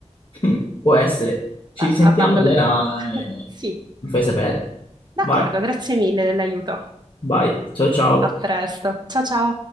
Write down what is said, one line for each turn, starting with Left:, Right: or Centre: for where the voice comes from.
Left: <laughs> Può essere. Ci
Right: A-
Left: risentiamo
Right: abbandonerò.
Left: allora,
Right: <laughs>
Left: eh,
Right: Sì,
Left: mi fai sapere.
Right: d'accordo,
Left: Vai,
Right: grazie mille dell'aiuto.
Left: vai, ciao ciao.
Right: A presto. Ciao ciao.